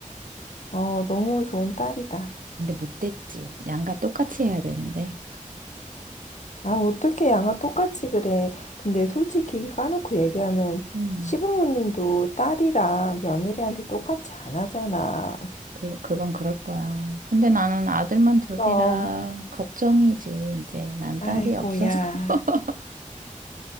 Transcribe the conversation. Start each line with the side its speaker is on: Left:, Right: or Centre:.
Left: 어, 너무 좋은 딸이다.
Right: 근데 못됐지. 양과 똑같이 해야 되는데.
Left: 아, 어떻게 양아 똑같이 그래. 근데 솔직히 까놓고 얘기하면
Right: 음,
Left: 시부모님도 딸이랑 며느리한테 똑같이 안 하잖아.
Right: 그, 그건 그럴 거야. 근데 나는 아들만 둘이라
Left: 그럼,
Right: 걱정이지. 이제 난
Left: 아이고,
Right: 딸이 없어서.
Left: 야.
Right: <laughs>